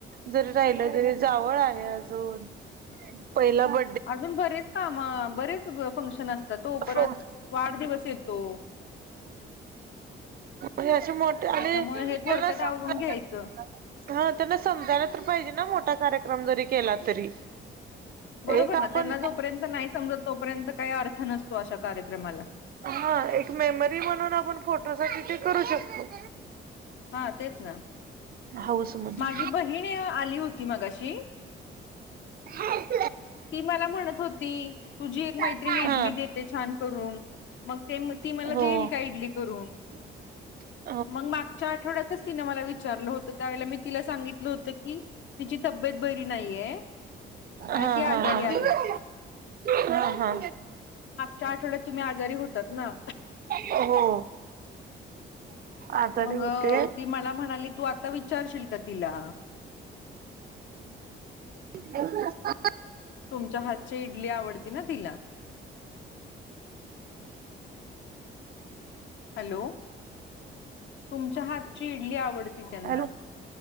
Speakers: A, on the right (about 50°); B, on the left (about 70°).
A: जरी राहिलं तरी जावळ आहे. अजून पहिला ब
B: अजून बरेच काम बरेच फंक्शन असतात तो परत
A: हो!
B: वाढदिवस येतो
A: हे अशे मोठे आणि
B: त्याच्यामुळे
A: त्यांना
B: हे थोडक्यात
A: समजत
B: आवरून घ्यायचं
A: पण हा त्यांना समजायला तर पाहिजे ना मोठा कार्यक्रम जरी केला तरी!
B: बरोबर
A: एक आपण
B: ना त्यांना जोपर्यंत नाही समजत तोपर्यंत काही अर्थ नसतो अशा कार्यक्रमाला.
A: हा एक मेमरी म्हणून आपण फोटोसाठी ते करू शकतो.
B: हा तेच ना
A: हाऊस म्हणून
B: माझी बहीण आली होती. मगाशी
A: हा <unintelligible>
B: ती मला म्हणत होती तुझी एक मैत्रिणी
A: हा
B: इडली देत. ते छान करून मग ते ती मला
A: हो
B: देईल का इडली करून
A: <unintelligible> <inaudible>
B: मग मागच्या आठवड्यातच तिन मला विचारलं होतं. त्यावेळेला मी तिला सांगितलं होतं की तिची तब्येत बरी नाहीये.
A: हा
B: आणि ती आजारी
A: हा
B: आहे
A: हा हा हा
B: च्या आठवड्यात तुम्ही आजारी होतात ना
A: हो आजारी
B: मग
A: होते
B: अ, ती मला म्हणाली तू आता विचारशील का तिला
A: <unintelligible>
B: तुमच्या हातची इडली आवडते ना तिला हॅलो तुमच्या हातची इडली आवडती त्यांना
A: हॅलो